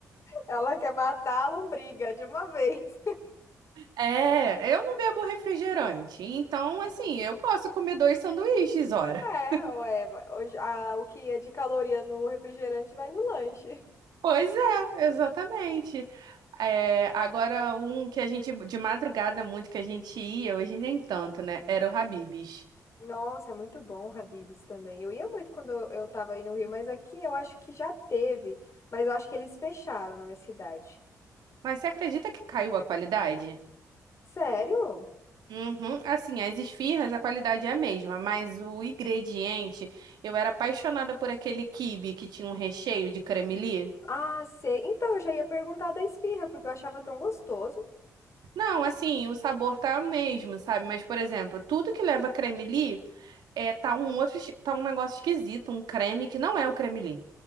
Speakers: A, on the left (about 45°); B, on the right (about 75°).
A: Ela quer matar a lombriga de uma vez.
B: É, eu não bebo refrigerante, então assim, eu posso comer dois sanduíches, ora.
A: É,
B: <laughs>
A: ué, hoje- a- o que é de caloria no refrigerante vai no lanche.
B: Pois é, exatamente. É, agora um que a gente de madrugada muito que a gente ia, hoje nem tanto, né? Era o Habib's.
A: Nossa, é muito bom, o Habib's também. Eu ia muito quando eu, eu tava aí no Rio, mas aqui eu acho que já teve, mas eu acho que eles fecharam na minha cidade.
B: Mas você acredita que caiu a qualidade?
A: Sério?
B: Uhum. Assim, as esfirras, a qualidade é a mesma, mas o ingrediente, eu era apaixonada por aquele quibe que tinha um recheio de cremelie.
A: Ah, sei. Então eu já ia perguntar da esfirra, porque eu achava tão gostoso.
B: Não, assim, o sabor tá o mesmo, sabe? Mas, por exemplo, tudo que leva creme-li é, tá um outro, es- tá um negócio esquisito, um creme que não é o creme-li.